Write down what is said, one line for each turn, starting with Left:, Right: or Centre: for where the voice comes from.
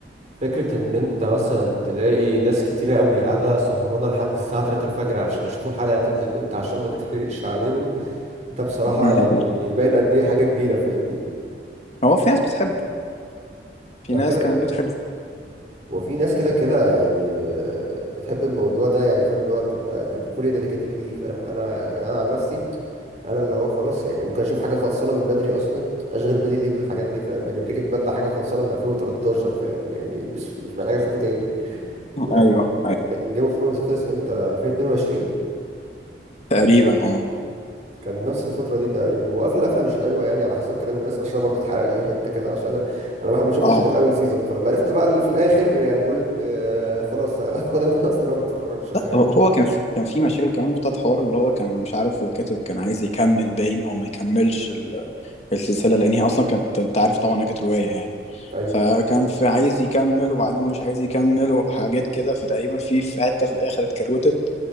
Right: فكره ان انت مثلا تلاقي ناس كتيره قوي قاعده سهرانه لحد الساعه 3 الفجر عشان يشوفوا الحلقه هتنزل امتى عشان ما تتحرقش عليهم ده بصراحه
Left: <laughs>
Right: يعني يبين قد ايه حاجه كبيره فاهمني
Left: هو في ناس بتحبه في
Right: لو
Left: ناس
Right: كده
Left: كانت بتحبه
Right: وفي ناس كده كده يعني آه، بتحب الموضوع ده يعني فاهم اللي هو بتبقى فولي ديديكيتد ليه فاهم انا يعني انا عن نفسي انا اللي هو خلاص يعني ممكن اشوف حاجه خلصانه من بدري اصلا اشغل بالي ليه بالحاجات دي فاهم يعني بريكنج باد ده حاجه خلصانه من 2013 فاهم يعني مش مش محتاج اشوفه تاني
Left: <laughs>
Right: لكن
Left: ايوه ايوه
Right: جيم اوف ثرونز خلص امتى 2022
Left: تقريبا اه
Right: كان نفس الفترة دي تقريبا وقفل قفلة مش حلوة يعني على حسب كلام الناس عشان برضو اتحرق لي حتة كده عشان انا انا واحد ما شفتش
Left: اه
Right: غير اول سيزون فلما عرفت بقى اللي في الاخر يعني قلت آه خلاص <laughs> خدها من قصيرة ما اتفرجش فاهم
Left: لا هو هو كان في كان في مشاكل كمان بتاعت حوار اللي هو كان مش عارف الكاتب كان عايز يكمل باين او ما يكملش ال- السلسله لان هي اصلا كانت انت عارف طبعا انها كانت روايه يعني
Right: ايوه
Left: فكان في عايز يكمل وبعدين مش عايز يكمل وحاجات كده فتقريبا في في حته في الاخر اتكروتت